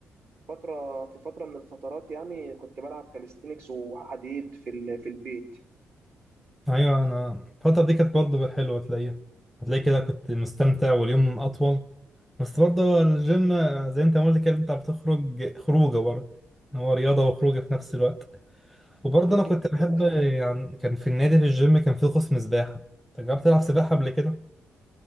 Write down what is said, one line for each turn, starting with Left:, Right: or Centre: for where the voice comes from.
Right: فترة في فترة من الفترات يعني كنت بلعب كاليستينكس وحديد في ال- في البيت
Centre: أيوة أنا الفترة دي كانت برضه حلوة تلاقيها هتلاقي كده كنت مستمتع واليوم أطول بس برضه الجيم آه، زي أنت ما قلت كده أنت بتخرج خروجة برضه هو رياضة وخروجة في نفس الوقت وبرضه
Right: بالظبط
Centre: انا كنت بحب
Right: والله
Centre: يعني كان في النادي في الجيم كان في قسم سباحه انت جربت تلعب سباحه قبل كده